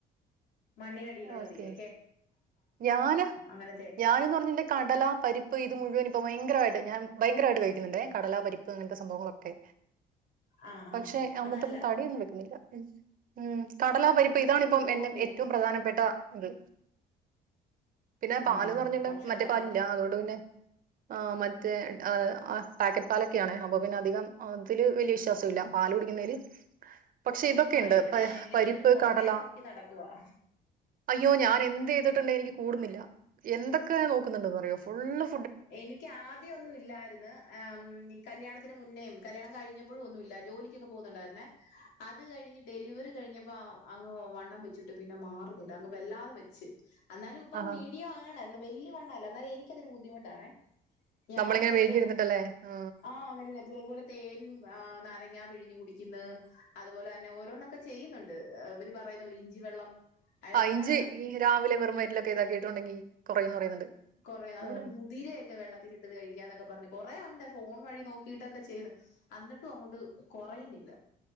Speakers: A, on the left; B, on the right.
A: മണ്ണിനടിയിലുള്ളള്ളതില്ലേ?
B: ഓക്കെ ഞാന്
A: അങ്ങനത്തെയൊക്കെ
B: ഞനന്ന് പറഞ്ഞടുണ്ടെങ്കി കടലാ പരി ഇപ്പൊ ഇത് മുഴുവൻ ഇപ്പ ഭയങ്കരായിട്ട് ഞാൻ ഭയങ്കരായിട്ട് കഴിക്കുന്നുണ്ടെ കടലാ പരിപ്പ് അങ്ങനത്തെ സംഭവങ്ങളൊക്കെ
A: ആഹ് ആഹ്
B: പക്ഷെ അമ്മാതെ
A: അത് നല്ലതാ
B: തടിയൊന്നും വെക്കുന്നില്ല. ഉം കടലാ പരിപ്പ് ഇതാണ ഇപ്പം
A: ഓ
B: എന്റെ
A: വെ
B: ഏറ്റവും പ്രധാനപ്പെട്ട ഇത്. പിന്നെ
A: ആഹ്
B: പാല്ന്ന് പറഞ്ഞുണ്ടെ
A: ഭക്ഷണ
B: മറ്റേ
A: പദാർത്ഥം
B: പാലില്ലെ അതോണ്ട് പിന്നെ ആ മറ്റേ ആഹ് ആ പാക്കറ്റ് പാലൊക്കെയാണെ. അപ്പൊ പിന്നെ അധികം അതില് വല്യ വിശ്വാസംല്ല. പാല കുടി ക്കണേല്, പക്ഷെ ഇതൊക്കെ
A: ആഹ്
B: ഉണ്ട്
A: ഇവിടെ എങ്ങനെയെങ്കിലും
B: പരിപ്പ്,
A: കുറയ്ക്കാൻ
B: കടല
A: നോക്കി നടക്കുവാ
B: അയ്യോ ഞാൻ എന്ത് ചെയ്തിട്ടുണ്ടെ എനിക്ക് കൂടുന്നില്ല. എന്തൊക്കെ ഞാൻ നോക്കുന്നുണ്ടന്നറിയോ? ഫൂളള്
A: എനിക്ക് ആദ്യോന്നും ഇല്ലാരുന്ന്. കല്യാണത്തിന് മുന്നേ കല്യാണം കഴിഞ്ഞപ്പഴും ഒന്നുമില്ല ജോലിക്കൊക്കെ പോകുന്നുണ്ടായിരുന്ന അത് കഴിഞ്ഞ് ഡെലിവറി കഴിഞ്ഞപ്പോ അങ്ങ് വണ്ണം വെച്ചിട്ട് പിന്നെ മാറുന്നില്ല അങ്ങ് വല്ലാതെ വെച്ച് എന്നാലും ഇപ്പം
B: ആഹാ
A: മീഡിയം ആണ്, വല്യ വണ്ണല്ല, എന്നാലും എനിക്കതൊരു ബുദ്ധിമുട്ടാണേ. ഞാൻ
B: നമ്മളിങ്ങനെ
A: തേൻ
B: മെലിഞ്ഞിരുന്നിട്ടല്ലേ ആ
A: ആഹ് <unintelligible> ഇതേപോലെ തേൻ നാരങ്ങ പിഴിഞ്ഞു കുടിക്കുന്നു, അതുപോലെ തന്നെ ഓരോന്നൊക്കെ ചെയ്യുന്നൊണ്ട്. അവര് പറയുന്ന ഒരു ഇഞ്ചി വെള്ളം അതിനകത്ത്
B: ആഹ്
A: തന്നെ
B: ഇഞ്ച് ഈ രാവിലെ വെറും വയറ്റിലൊക്കെ ഇതാക്കിയിട്ടുണ്ടെങ്കി കുറയൂന്ന് പറയുന്നുണ്ട്.
A: കൊറയും, അതുപോലെ
B: ഉം.
A: മുതിരയൊക്കെ വെള്ളത്തിൽ ഇട്ടത് കഴിക്കാന്നൊക്കെ പറഞ്ഞു കൊറേ ഉണ്ട് ഫോൺ വഴി നോക്കിയിട്ടൊക്കെ ചെയ്യുന്നു എന്നിട്ടും അങ്ങോട്ട് കൊറേ കൊറയുന്നില്ല.